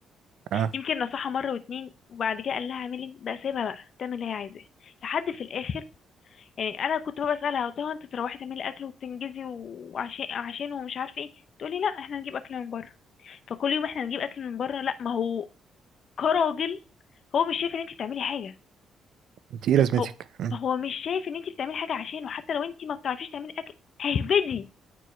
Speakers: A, on the right; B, on the left.
A: اه
B: يمكن نصحها مره واتنين وبعد كده قال لها اعملي بقى سيبها بقى تعمل اللي هي عايزاه لحد في الاخر يعني انا كنت بقى بسالها قلت لها انت تروحي تعملي اكل وتنجزي وعشان عشان ومش عارفه ايه تقولي لا احنا نجيب اكل من بره فكل يوم احنا نجيب اكل من بره لا ما هو كراجل هو مش شايف ان انت بتعملي حاجه
A: انت ايه لازمتك
B: هو
A: مم.
B: هو مش شايف ان انت بتعملي حاجه عشانه حتى لو انت ما بتعرفيش تعملي اكل اهبدي